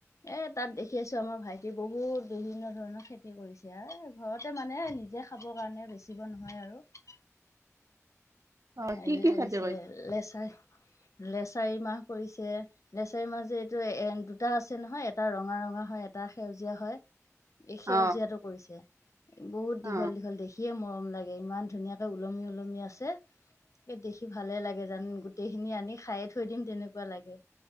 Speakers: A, on the left; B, on the right.
A: এ তাত দেখি আছো আমাৰ ভাইটি বহুত বিভিন্ন ধৰণৰ খেতি কৰিছে এ ঘৰতে মানে নিজে- খাবৰ কাৰণে বেচিব নহয় আৰু।
B: অ
A: হেৰি
B: কি কি
A: কৰিছে
B: খেতি
A: লেচাৰ লেচাৰি মাহ কৰিছে, লেচাৰি মাহ যে- এ দুটা আছে নহয় এটা ৰঙা ৰঙা হয় এটা সেউজীয়া হয়। এই সেউজীয়াটো
B: অ
A: কৰিছে বহুত
B: অ
A: দীঘল দীঘল দেখি দেখিয়ে মৰম লাগে ইমান ধুনীয়াকৈ ওলমি ওলমি আছে। দেখি ভালে লাগে জান গোটেই খিনি আনি খায়ে থৈ দিম তেনে তেনেকুৱা লাগে